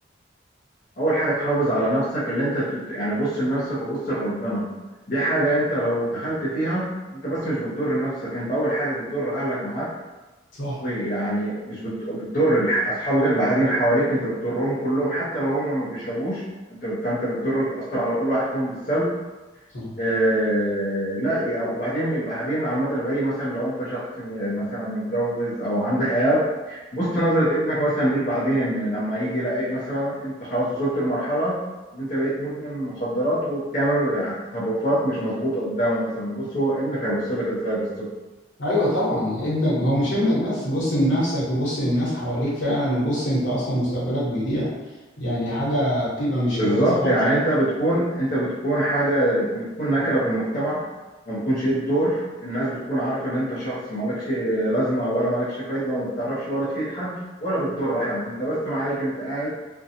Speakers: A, on the left (about 45°); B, on the left (about 85°).
A: اول حاجه تحافظ على نفسك اللي انت تت- يعني بص لنفسك وبص لربنا دي حاجه انت لو دخلت فيها انت بس مش بتضر نفسك انت اول حاجه بتضر اهلك معاك
B: صح
A: ويعني مش بت- بتضر الح- اصحابك اللي قاعدين حواليك انت بتضرهم كلهم حتى لو هم ما بيشربوش انت فانت بتضر بتاثر على كل واحد فيهم بالسلب
B: صح
A: آه، لا يعني وبعدين بعدين على المدى البعيد مثلا لو انت شخص مثلا متجوز او عندك عيال بص نظرة ابنك مثلا ليك بعدين لما يجي يلاقي مثلا انت خلاص وصلت لمرحلة ان انت بقيت مدمن مخدرات وبتعمل يعني تصرفات مش مظبوطة قدامه مثلا بص هو ابنك هيبص لك ازاي بصته
B: ايوه طبعا يعني ابنك هو مش ابنك بس بص لنفسك وبص للناس حواليك فعلا وبص انت اصلا مستقبلك بيضيع يعني حاجه بتبقى مش
A: بالظبط
B: كويسه خالص
A: يعني انت بتكون انت بتكون حاجه بتكون نكره في المجتمع ما بتكونش ليك دور الناس بتكون عارفه ان انت شخص مالكش لازمه ولا مالكش فايده وما بتعرفش ولا تفيد حد ولا بتضر حد انت بس ما عليك انت قاعد